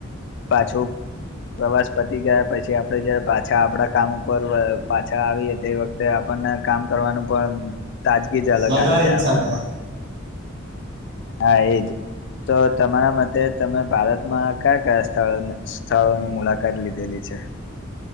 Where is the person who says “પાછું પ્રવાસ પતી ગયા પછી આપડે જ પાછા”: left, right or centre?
Left